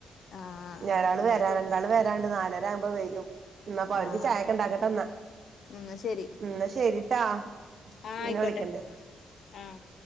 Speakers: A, on the left; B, on the right.
A: ആ
B: ഞരാള്
A: എന്നായിക്കോട്ടെ
B: വരാ രണ്ടാള് വരാണ്ട് നാലരാവുമ്പോ വെരും എന്നാ പ്പോ അവർക്ക്
A: ആ
B: ചായ്യൊക്കെ ണ്ടാക്കട്ടെന്നാ
A: എന്നാ ശരി
B: ന്നാ ശരി ആ
A: ആ ആയിക്കോട്ടെ
B: ന്നെ വിളിക്കണ്ട്
A: ആ